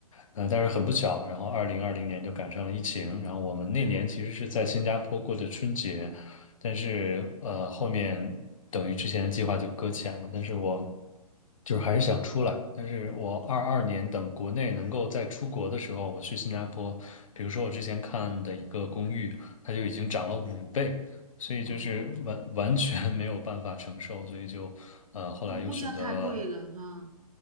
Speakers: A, on the left (about 55°); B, on the right (about 65°).
A: 呃，但是很不巧，然后二零二零年就赶上了疫情，然后我们那年其实是在新加坡过的春节，但是呃后面等于之前的计划就搁浅了，但是我就是还是想出来，但是我二二年等国内能够再出国的时候，
B: 嗯
A: 我去新加坡，比如说我之前看的一个公寓。它就已经涨了五倍，所以就是完完全没有办法承受，
B: 哦，
A: 所以就呃后来又选择了，
B: 就物价太贵了哈，